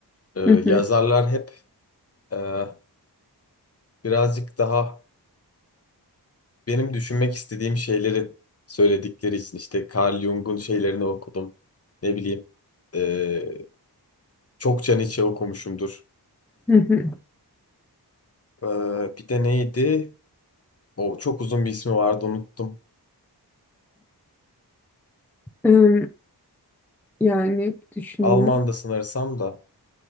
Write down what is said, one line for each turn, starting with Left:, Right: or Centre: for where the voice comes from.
Left: e, yazarlar
Centre: Hı hı,
Left: hep e, birazcık daha benim düşünmek istediğim şeyleri söyledikleri için işte Carl Jung'un şeylerini okudum. Ne bileyim e, çokça Nietzsche okumuşumdur.
Centre: hı hı.
Left: E, bir de neydi? O çok uzun bir ismi vardı unuttum.
Centre: Em, Yani düşünüyorum.
Left: Alman da sanırsam da.